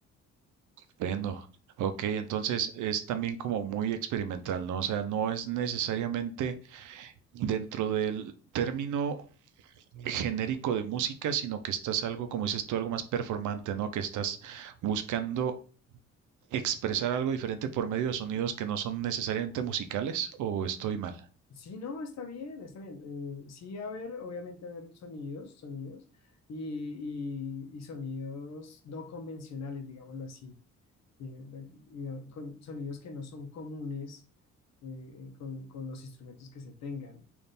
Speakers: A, on the right; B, on the left.
A: Bueno, ok, entonces es también como muy experimental, ¿no? O sea, no es necesariamente dentro del término genérico de música, sino que estás algo, como dices tú, algo más performante, ¿no? Que estás buscando expresar algo diferente por medio de sonidos que no son necesariamente musicales, o estoy mal,
B: Sí, no, está bien, está bien. Eh, sí, a ver, obviamente, a ver sonidos, sonidos y, y- y sonidos no convencionales, digámoslo así, eh, digamos, con sonidos que no son comunes eh, con, con los instrumentos que se tengan.